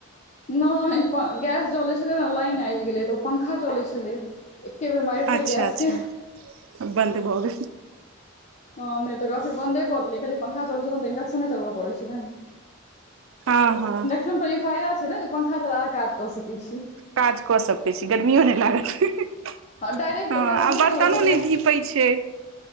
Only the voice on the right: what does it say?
अच्छा-अच्छा
बन्द भ गेल।
हँ-हँ
काज कऽ सकै छी गर्मियो नहि लागत। हँ
आ
बर्तनो
नहि धीपै छै।